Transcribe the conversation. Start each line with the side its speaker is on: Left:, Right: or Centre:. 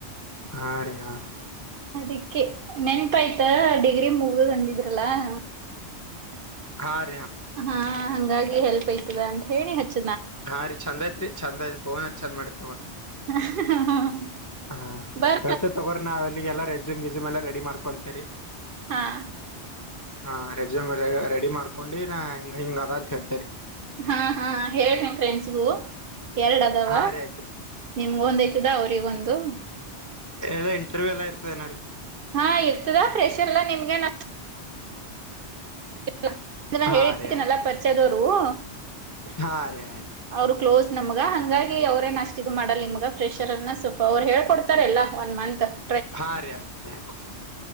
Left: ಹಾ, ರೀ, ಹಾ. <inaudible>
Right: ಅದಿಕ್ಕೆ, ನೆನಪಾಯ್ತು, ಡಿಗ್ರಿ ಮುಗುದ್ ಅಂದಿದ್ರಲ್ಲ? <inaudible>
Left: ಹಾ. <inaudible>
Right: ಹಾ, ಹಂಗಾಗಿ ಹೆಲ್ಪ್ ಐತದ ಅಂತ ಹೇಳಿ ಹಚ್ಚ? <inaudible>
Left: ಹಾ, ರೀ ಚಂದ ಐತ್ರಿ! ಚಂದ ಐತ್, ಪೋನ್, ಚಂದ ಮಾಡ್ರರಿ, ತಾಕೋ. <inaudible>
Right: <unintelligible> <inaudible>
Left: ಹಾ,
Right: ಬರ್
Left: ತ, ತಕೋರಿ, ರೆಸುಮು, ಗೆಸುಮ್ ಎಲ್ಲಾ ರೆಡಿ, ಮಾಡ್ಕೊಂತೇರಿ? <inaudible>
Right: ಹಾ. <inaudible>
Left: ಹಾ, ರೆಸುಮ್, ರೆಡಿ ಮಾಡ್ಕೊಂಡಿ! ನಾ, ಹಿಂಗ, ಅದ ಅಂತ ಹೇಳ್ತೇರಿ? <inaudible>
Right: ಹಾ, ಹಾ, ಹೇಳೀ, ನಿಮ್, ಫ್ರೆಂಡ್ಸ್ಗೂ. <inaudible> ಎರಡು, ಅದಾವ,
Left: ಹಾ ರೀ ಆಯ್ತ್ರಿ
Right: ನಿಮಗೊಂದು, ಅವರಿಗೊಂದು? <inaudible>
Left: ಎಲ್ಲಾ, ಇಂಟರ್ವ್ಯೂ, ಎಲ್ಲಾ ಇರ್ತದೆನು, ರೀ. <inaudible>
Right: ಹಾ, ಇರ್ತದ ಫ್ರೆಷರ್ಲ್ಲಾ ನಿಮ್ಗೆ, ನಾನು. <inaudible> ಆ ನಾನು,
Left: ಹಾ
Right: ಹೇಳುಥಿನಿಯಲ್ಲ,
Left: ರೀ ಆಯ್ತ್ರಿ
Right: ಎಲ್ಲಾ ಪರಿಚಯದವರು? <inaudible>
Left: ಹಾ, ರೀ. <inaudible>
Right: ಅವರು, ಕ್ಲೋಸ್ ನಮ್ಗ! ಹಂಗಾಗಿ ಅವ್ರೇನ್ ಅಷ್ಟು,, ಇದಗ ಮಾಡಲ್ ನಿಮ್ಗ? <inaudible> ಫ್ರೆಶರ್ನಾ, ಸ್ವಲ್ಪ ಅವ್ರು ಹೇಳ್ಕೊಡ್ತಾರೆ ಎಲ್ಲ ಒನ್ ಮಂತ್? <inaudible>
Left: ಹಾ, ರೀ ಆಯ್ತು, ಆಯ್ತು. <inaudible>